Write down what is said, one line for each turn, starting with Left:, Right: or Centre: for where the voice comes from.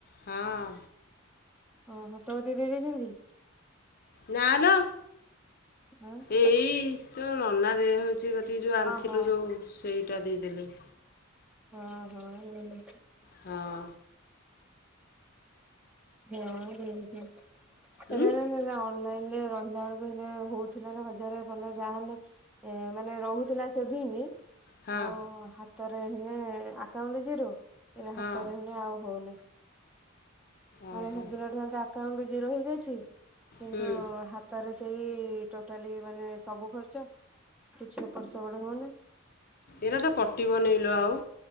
Left: ହଁ।
Centre: ଅହଁ ତୋରୋ ଦେଇଦେଇ ଯାଇଛନ୍ତି।
Left: ନାଁ ଲୋ
Centre: ହଁ ହଁ
Left: ଏଇ ତୋ ନନା ଦେହ ହୋଉଛି କ ତି ଯେଉଁ ଆଣିଥିଲୁ
Centre: ହଁ
Left: ଯେଉଁ ସେଇଟା ଦେଇଦେଲେ।
Centre: ହଁ ହଁ ହୁଁ।
Left: ହଁ।
Centre: ହଁ ହୁଁ ହୁଁ। <unintelligible> ହେରା
Left: ଉଁ
Centre: ଅନଲାଇନ ରେ ରହିଲା ଆଳୁକୁ ହେରା ହୋଉଥୁଲା ନା ହଜାର ପନ୍ଦର ଯାହାନେ ଏ ମାନେ ରହୁଥୁଲା ସେଭିଙ୍ଗି।
Left: ହଁ
Centre: ଆଉ ହାତରେ ହେନେ ଆକାଉଣ୍ଟୁ ଜିରୋ ଏଇନା
Left: ହଁ
Centre: ହାତରେ ହେଲେ ଆଉ ହୋଉନି।
Left: ଓହୋ
Centre: ମାନେ ହେଦିନଠୁ <unintelligible> ଆକାଉଣ୍ଟୁ ଜିରୋ ହେଇକି ଅଛି କିନ୍ତୁ
Left: ହୁଁ।
Centre: ହା ତରେ ସେଇ ଟୋଟାଲି ମାନେ ସବୁ ଖର୍ଚ୍ଚ କିଛି ଏପଟ୍ ସେପଟ୍ ହୋଉନି।
Left: ଏରା ତ କଟିବ ନେଇ ଲୋ ଆଉ